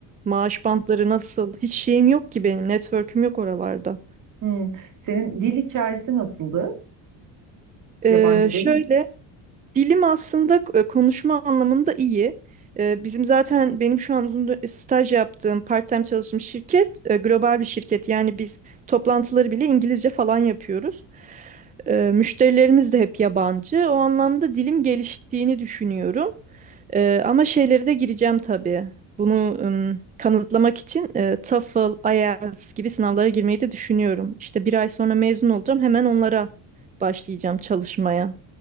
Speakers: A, on the right; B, on the right.
A: Maaş bantları nasıl? Hiç şeyim yok ki benim. Network'üm yok oralarda.
B: hmm, senin dil hikayesi nasıldı?
A: Ee,
B: Yabancı değil
A: şöyle Bilim aslında e, konuşma anlamında iyi. E, Bizim zaten benim şu an uzun dö- staj yaptığım, part-time çalıştığım şirket e, global bir şirket. Yani biz toplantıları bile İngilizce falan yapıyoruz. E, Müşterilerimiz de hep yabancı. O anlamda dilim geliştiğini düşünüyorum. E, Ama şeylere de gireceğim tabii. Bunu ım, kanıtlamak için e, TOEFL, IELTS gibi sınavlara girmeyi de düşünüyorum. İşte bir ay sonra mezun olacağım. Hemen onlara başlayacağım çalışmaya.